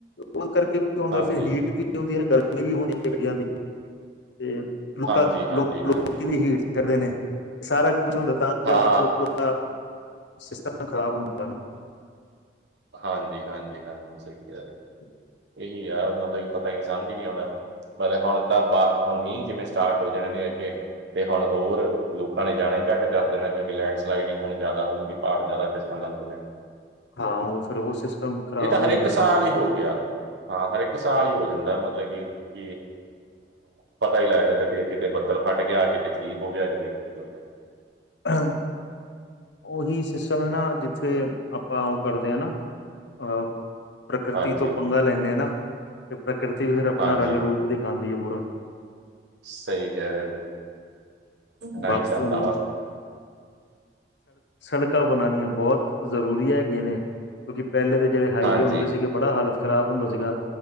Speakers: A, on the left; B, on the right.
A: ਉਸ ਕਰਕੇ ਹੁੰਦਾ
B: ਹਾਂਜੀ
A: ਫਿਰ ਹੀਟ ਵੀ ਹੁੰ ਗਰਮੀ ਵੀ ਹੁੰਦੀ ਗੱਡੀਆਂ ਦੀ ਤੇ ਲੋਕਾਂ
B: ਹਾਂਜੀ ਹਾਂਜੀ ਹਾਂਜੀ
A: ਹੀਟ ਕਰਦੇ ਨੇ ਸਾਰਾ ਕੁਛ ਹੁੰਦਾ ਤਾਂ
B: ਹਾਂ
A: ਕਰਕੇ ਫਿਰ ਉੱਪਰ ਸਿਸਟਮ ਖ਼ਰਾਬ ਹੁੰਦਾ ਨਾ।
B: ਹਾਂਜੀ ਹਾਂਜੀ ਹਾਂ ਸਹੀ ਕਹਿ ਰਹੇ।
A: <inaudible>
B: ਹੋ। ਇਹੀ ਆਹ ਮਤਲਬ ਕਿ ਪਤਾ ਹੀ ਸਮਝ ਹੀ ਨਹੀਂ ਆਉਦਾ। ਹੁਣ ਤਾਂ ਬਾਦ ਹੁਣ ਮੀਂਹ ਜਿਵੇਂ ਸਟਾਰਟ ਹੋ ਜਾਣੇ ਨੇ ਅੱਗੇ। ਤੇ ਹੁਣ ਹੋਰ ਲੋਕਾਂ ਨੇ ਜਾਣਾ ਹੀ ਘੱਟ ਕਰ ਦੇਣਾ ਕਿਉਂਕਿ ਲੈਂਡ ਸਲਾਈਡਿੰਗ ਹੁਣ ਜ਼ਿਆਦਾ ਹੋਊਗੀ ਪਹਾੜ ਜ਼ਿਆਦਾ ਫਿਸਲਨ ਲੱਗ ਜਾਨੇ।
A: ਹਾਂ ਉਹ ਫਿਰ ਉਹ ਸਿਸਟਮ ਖ਼ਰਾਬ
B: ਇਹ ਤਾਂ
A: ਹੋ
B: ਹਰ
A: ਜਾਣਾ
B: ਇੱਕ
A: ਫਿਰ
B: ਸਾਲ ਹੀ ਹੋ ਗਿਆ ਹਾਂ ਹਰ ਇੱਕ ਸਾਲ ਹੀ ਹੋ ਜਾਂਦਾ ਮਤਲਬ ਕਿ ਕਿ ਪਤਾ ਹੀ ਲੱਗਦਾ ਕਦੇ ਕਿਤੇ ਬੱਦਲ ਫਟ ਗਿਆ ਕਿਤੇ ਕੀ ਹੋ ਗਿਆ ਕਦੇ ਕੀ ਚਲ ਗਿਆ?
A: ਹਾਂ। ਉਹੀ ਸਿਸਟਮ ਹੈ ਨਾ ਜਿੱਥੇ ਆਪਾਂ ਉਹ ਕਰਦੇ ਹਾਂ ਨਾ ਅਹ ਪ੍ਰਕਿਰਿਤੀ
B: ਹਾਂਜੀ
A: ਤੋਂ ਪੰਗਾ ਲੈਂਦੇ ਹਾਂ ਨਾ ਤੇ ਪ੍ਰਕਿਰਤੀ ਫਿਰ ਆਪਣਾ
B: ਹਾਂਜੀ
A: ਰੰਗ ਰੂਪ ਦਿਖਾਉਂਦੀ ਹੈ ਪੂਰਾ।
B: ਸਹੀ ਕਹਿ ਰਿਹਾ ਮੈਂ
A: ਬਾਕੀ
B: ਹੀ ਚੱਲਦਾ ਵਾ।
A: ਸੜਕਾਂ ਬਣਾਉਣੀਆਂ ਬਹੁਤ ਜ਼ਰੂਰੀ ਹੈਗੀਆਂ ਨੇ। ਕਿਉਂਕਿ ਪਹਿਲੇ ਦੇ ਜਿਹੜੇ ਹਾਈਵੇ
B: ਹਾਂਜੀ
A: ਹੁੰਦੇ ਸੀਗੇ ਬੜਾ ਹਾਲਤ ਖ਼ਰਾਬ ਹੁੰਦਾ ਸੀਗਾ।